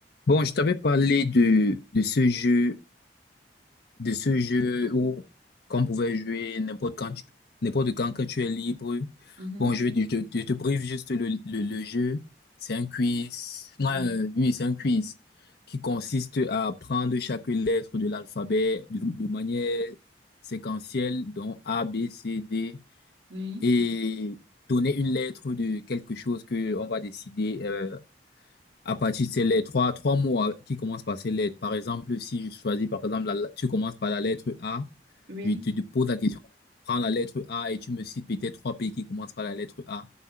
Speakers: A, on the left; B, on the right.
A: Bon, je t'avais parlé de, de ce jeu, de ce jeu où qu'on pouvait jouer n'importe quand, tu- n'importe quand quand tu es libre.
B: Mhm.
A: Bon, je vais te, je te, te brief juste le, le, le jeu. C'est un quiz. Non,
B: Oui,
A: euh, oui, c'est un quiz qui consiste à prendre chaque lettre de l'alphabet de, de manière séquentielle, donc A, B, C, D,
B: oui,
A: et donner une lettre de quelque chose que on va décider. euh, à partir de ces lettres, trois, trois mots à- qui commencent par ces lettres. Par exemple, si je choisis, par exemple, la- tu commences par la lettre A,
B: oui.
A: je te te pose la question, prends la lettre A et tu me cites peut-être trois pays qui commencent par la lettre A,